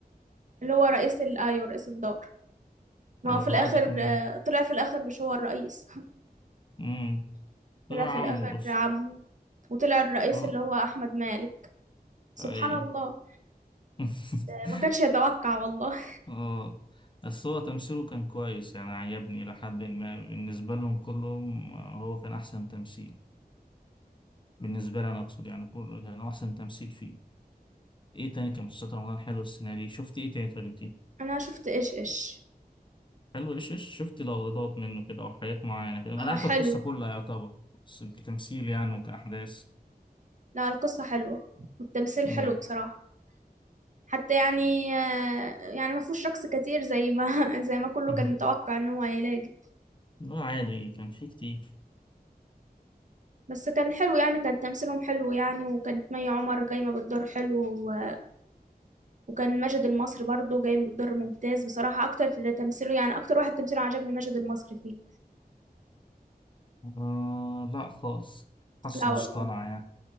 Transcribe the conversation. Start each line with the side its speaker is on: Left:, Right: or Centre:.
Right: اللي هو رئيس ال- أيوه رئيس الدار ما
Left: آه،
Right: هو في الآخر
Left: هو ده كان
Right: آه، طلع في الآخر مش هو الرئيس
Left: ده
Right: <laughs>
Left: طلع
Right: طلع في
Left: عمه
Right: الآخر
Left: بس
Right: عمه وطلع الرئيس
Left: اه
Right: اللي هو أحمد مالك سبحان
Left: ايوه
Right: الله
Left: <laughs>
Right: آه، ما كانش يتوقع والله
Left: اه بس هو تمثيله كان كويس يعني عجبني لحد ما بالنسبة لهم كلهم هو كان أحسن تمثيل بالنسبة لي أنا أقصد يعني كله كان هو أحسن تمثيل فيه إيه تاني كان مسلسلات رمضان حلو السنة دي شفت إيه تاني طب إنتي
Right: <laughs> أنا شفت إيش إيش
Left: حلو إيش إيش شفت لقطات منه كده أو حاجات معينة كده أنا
Right: آه،
Left: عارف
Right: حلو
Left: القصة كلها يعتبر بس كتمثيل يعني وكأحداث
Right: لا القصة حلوة والتمثيل
Left: مم.
Right: حلو بصراحة حتى يعني آه، يعني ما فيهوش رقص كتير زي ما <laughs> زي ما كله
Left: <laughs> مم.
Right: كان متوقع ان هو هيلاقي
Left: لا عادي كان فيه كتير
Right: بس كان حلو يعني كان تمثيلهم حلو يعني وكانت مي عمر جايمة بالدور حلو و- وكان ماجد المصري برضو جاي بالدور ممتاز بصراحة أكتر اللي تمثيله يعني أكتر واحد تمثيله عجبني ماجد المصري فيه
Left: آه لا خالص حاسه
Right: لا والله
Left: مصطنع يعني